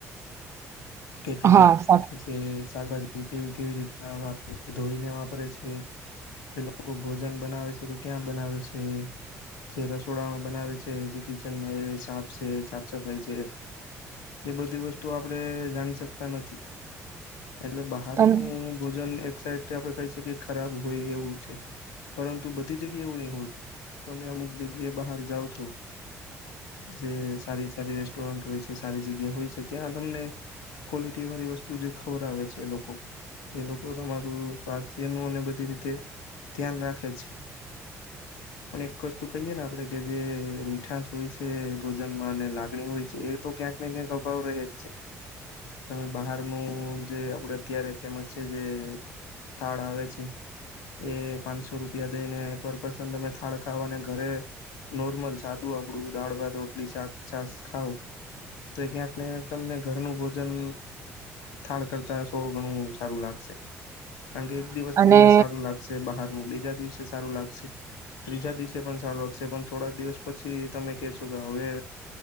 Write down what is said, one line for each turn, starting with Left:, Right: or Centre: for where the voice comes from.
Left: કેટલું
Right: હા
Left: મિક્સિંગ
Right: સાચું.
Left: છે શાકભાજી કેવી કેવી રીતે વાપરે છે ધોઈને વાપરે છે એ લોકો ભોજન બનાવે છે તો ક્યાં બનાવે છે જે રસોડામાં બનાવે છે જે કિચનમાં સાફ છે સાફ સફાઈ છે એ બધી વસ્તુ આપડે જાણી શકતા નથી એટલે બહારનું
Right: પણ
Left: ભોજન એક સાઇડ થી આપડે કઈ છે કે ખરાબ હોય એવું છે. પરંતુ બધી જગ્યાએ એવું નહી હોતું તમે અમુક જગ્યા એ બહાર જાઉ છો જે સારી સારી રેસ્ટોરન્ટ હોય છે સારી જગ્યા હોય છે ત્યાં તમને ક્વોલિટી વાળી વસ્તુ જે ખવરાવે છે એ લોકો એ લોકો તમારું સ્વાસ્થ્ય નું અને બધી રીતે ધ્યાન રાખે છે. પણ એક વસ્તુ કહીયે ને આપણે કે જે મીઠાસ હોય છે ભોજન માં ને લાગણી હોય છે એ તો ક્યાંક ને ક્યાંક અભાવ રહે જ છે. તમે બહારનું જે આપડે અત્યારે ફેમસ છે જે થાળ આવે છે. એ પાંચસો રૂપિયા દઈ ને પર પર્સન તમે થાળ ખાવ અને ઘરે નોર્મલ સાદું આપણું દાળ ભાત રોટલી શાક છાસ ખાવ તો ક્યાંકને ક્યા તમને ઘરનું ભો જન થાળ કરતા સો ગણું સારું લાગશે. કારણ કે એક દિવસ તમને
Right: અને
Left: સારું લાગશે બહારનું બીજા દિવસે સારું લાગશે ત્રીજા દિવસે પણ સારું લાગશે પણ થોડા દિવસ પછી તમે કેશો તો કે હવે